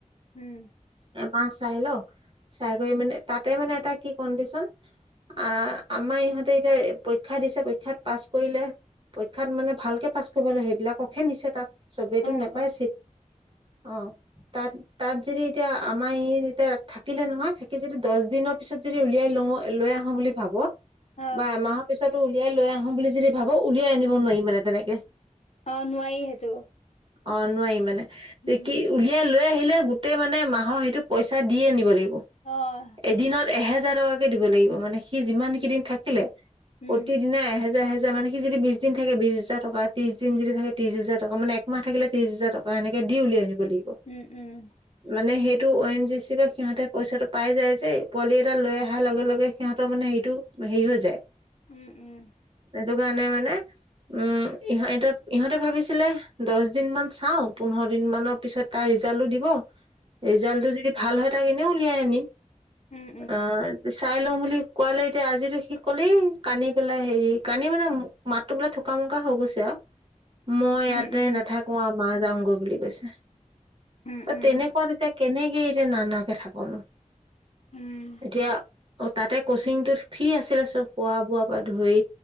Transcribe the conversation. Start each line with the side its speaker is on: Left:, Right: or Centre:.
Left: উম।
Right: এমাহ চাই লওঁক চাই কৰি মানে তাতে মানে এটা কি কণ্ডিশন আ আমাৰ ইহঁতে এতিয়া পৰীক্ষা দিছে পৰীক্ষাত পাছ কৰিলে পৰীক্ষাত মানে ভালকে পাছ কৰিব লাগে, সেইবিলাককহে নিছে তাত চবেইতো
Left: অ
Right: নেপাই
Left: অ
Right: ছিট। অ', তাত তাত যদি এতিয়া আমাৰ ই এতিয়া থাকিলে নহয় থাকি যদি দহ দিনৰ পিছত যদি উলিয়াই লওঁ লৈ আহো বুলি ভাব
Left: অ
Right: বা এমাহত পিছতো উলিয়াই লৈ আহো বুলি যদি ভাবো, উলিয়াই আনিব নোৱাৰি মানে তেনেকে।
Left: অ', নোৱাৰি সেইটো।
Right: অ', নোৱাৰি মানে তে
Left: উম
Right: কি উলিয়াই লৈ আহিলে গোটেই মানে মাহৰ সেইটো পইচা দি আনিব লাগিব।
Left: অ'।
Right: এদিনত এহেজাৰ টকাকে দিব লাগিব মানে সি যিমান
Left: উম,
Right: কেইদিন থাকিলে।
Left: উম।
Right: প্ৰতিদিনে এহেজাৰ এহেজাৰ মানে সি যদি বিশ দিন থাকে বিশ হাজাৰ টকা, তিশ দিন যদি থাকে ত্ৰিশ হাজাৰ টকা মানে একমাহ থাকিলে ত্ৰিশ হাজাৰ টকা এনেকে দি উলাই আনিব লাগিব।
Left: উম, উম।
Right: মানে সেইটো অ এন জি চি পা সিহঁতে পইচাটো পাই যায় যে পোৱালি এটা লৈ অহাৰ লগে লগে সিহঁতৰ মানে হেৰিটো হেৰি হৈ যায়।
Left: উম, উম।
Right: এইটো কাৰনে মানে উম, ইহ-এ ইহঁতে ভাবিছিলে দহ দিন মান চাওঁ পোন্ধৰ দিন মানৰ পিছত তাৰ ৰিজাল্টটো দিব ৰিজাল্টটো যদি ভাল হয় তাক এনেও উলিয়াই আনিম।
Left: উম, উম,
Right: অ'। চাই লওঁ বুলি কোৱালে এতিয়া আজিটো সি ক'লেই কান্দি পেলাই হেৰি কান্দি মানে মাতটো বোলে থোক মোকা হৈ গৈছে আৰু।
Left: <inaudible>
Right: মই
Left: উম,
Right: ইয়াতে
Left: উম, উম।
Right: নাথাকো আৰু মা যাওঁ গৈ বুলি কৈছে।
Left: উম, উম,
Right: তেনেকুৱা এতিয়া কেনেকে এতিয়া নানাকে থাকনো।
Left: উম, উম,
Right: এতিয়া অ' তাতে কচিংটোত ফি আছিলে চব খোৱা বোৱা পা ধৰি